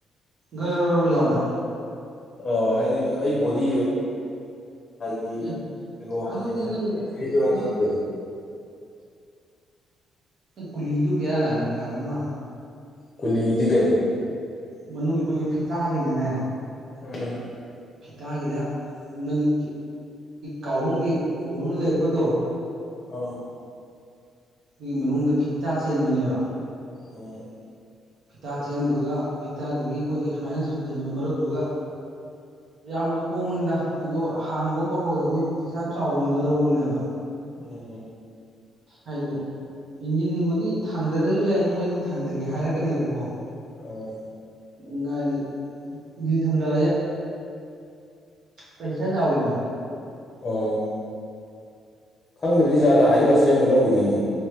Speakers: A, on the right; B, on the left.
A: ꯘꯔ ꯂꯥꯎꯅ
B: ꯑ ꯍꯥꯏꯗꯤ ꯑꯩ ꯣꯗꯤ ꯒꯤ
A: ꯑꯦ
B: ꯀꯩꯅꯣ
A: ꯑꯗꯨꯗꯤ ꯅꯪ
B: ꯆꯍꯤꯗꯨꯔ
A: ꯑꯗꯨ
B: ꯈꯪꯗꯦꯕ
A: ꯀꯨꯂꯤꯁꯨ ꯕꯔ ꯂꯗ ꯃꯥ
B: ꯀꯂꯗꯤ ꯀꯩꯅꯣ
A: ꯃꯅꯨꯡꯒꯤ ꯑꯩꯈꯣꯏꯒꯤ ꯐꯤꯇꯥꯒꯤꯅꯅꯦ
B: ꯑ
A: ꯐꯤꯇꯥꯒꯤꯗ ꯅꯪꯒꯤ ꯀꯥꯎꯕꯒꯤ ꯀꯧꯕ ꯂꯩꯔꯛꯄꯗꯣ
B: ꯑ
A: ꯑꯗꯨꯒꯤ ꯃꯅꯨꯡꯗ ꯐꯤꯞꯇꯥ ꯆꯦꯟꯕꯅꯦꯕ
B: ꯎꯝ
A: ꯐꯤꯇꯥ ꯆꯦꯟꯕꯗꯨꯒ ꯐꯤꯇꯥꯗꯨꯒꯤ ꯑꯩꯈꯣꯏꯒꯤ ꯁꯨꯃꯥꯏꯅ ꯁꯝꯖꯟꯅꯕ ꯃꯔꯛꯇꯨꯒ ꯌꯥꯝ ꯍꯣꯡꯕꯅꯤꯗ ꯑꯗꯣ ꯍꯥꯡꯕ ꯈꯣꯠꯄꯒꯗꯤ ꯃꯣꯏ ꯄꯩꯁꯥ ꯌꯥꯝ ꯆꯥꯎ ꯂꯧꯕꯅꯦꯕ
B: ꯎꯝ
A: ꯍꯥꯏꯗꯤ ꯏꯟꯖꯤꯟꯕꯨꯗꯤ ꯊꯥꯡꯗꯗꯁꯨ ꯌꯥꯏ ꯃꯣꯏꯅ ꯊꯥꯡꯊꯒꯦ ꯍꯥꯏꯔꯛꯀꯅꯦꯕꯀꯣ
B: ꯑꯣ
A: ꯉꯔꯤ ꯌꯦꯟ ꯁꯪꯗꯕꯁꯦ ꯄꯩꯁꯥ ꯆꯎ ꯏꯗꯅꯥ
B: ꯑꯣ ꯈꯪꯗ꯭ꯔꯗꯤ ꯖꯒꯥ ꯍꯥꯏꯁꯤꯂ ꯁꯦꯝꯕ ꯂꯧꯈꯤꯗꯣꯏꯅꯦ